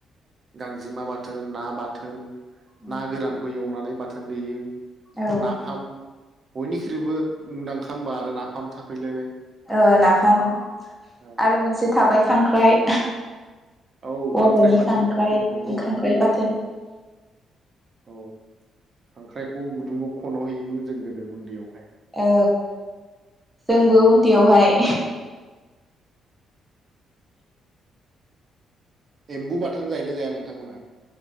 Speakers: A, on the right; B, in the centre.
A: गांजेमा बाथोन ना बाथोन
B: औ
A: ना गोरानखौ एवनानै बाथोन देयो।
B: औ
A: नाफाम बयनिख्रुइबो मुंदां खामबा आरो नाफाम थाफैलायबाय
B: ओ नाफाम
A: औ
B: आरो मोनसे थाबाय खांख्राइ।
A: औ
B: बर'नि
A: खांख्राइ बाथोन
B: खांख्राइ
A: नंगौ
B: खांख्राइ बाथोन।
A: औ खांख्राइखौ गुदुङाव खन'हैयोमोन जों गोदो उन्दैयाव।
B: औ जोंबो उन्दैयावहाय
A: एम्बु बाथोन जायो ना जाया नोंथांमोना?